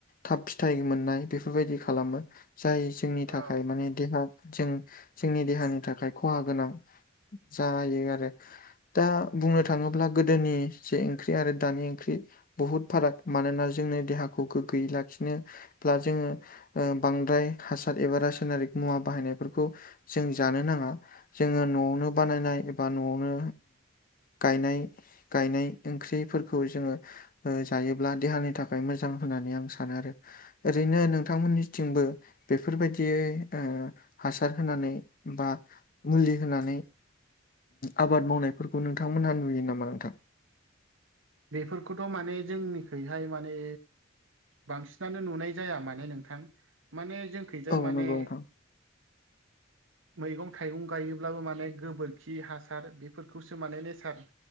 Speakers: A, on the left (about 45°); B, on the right (about 80°).
A: थाब फिथाइ मोननाय बेफोरबायदि खालामो जाय जोंनि
B: औ
A: थाखाय माने देहा जों जोंनि देहानि थाखाय खहा गोनां जायो आरो दा बुंनो थाङोब्ला गोदोनि जे ओंख्रि आरो दानि ओंख्रि बहुद फाराग मानोना जोंनो देहाखौ गोग्गोयै लाखिनो जोङो बांद्राय हासार एबा रासायनारिक मुवा बाहायनायफोरखौ जों जानो नाङा जोङो न'आवनो बानायनाय एबा न'आवनो गायनाय गायनाय ओंख्रिफोरखौ जोङो जायोब्ला देहानि थाखाय मोजां होननानै आं सानो आरो। ओरैनो नोंथांमोननिथिंबो बेफोरबायदियै ओ हासार होनानै बा मुलि होनानै आबाद मावनायफोरखौ नोंथांमोनहा नुयो नामा नोंथां।
B: बेफोरखौथ' माने जोंनिखैहाय माने बांसिनानो नुनाय जाया माने नोंथां माने जोंखैजाय
A: औ
B: माने
A: नंगौ
B: <inaudible>
A: नोंथां
B: मैगं थाइगं गायोब्लाबो माने गोबोरखि हासार बेफोरखौसो माने नेचार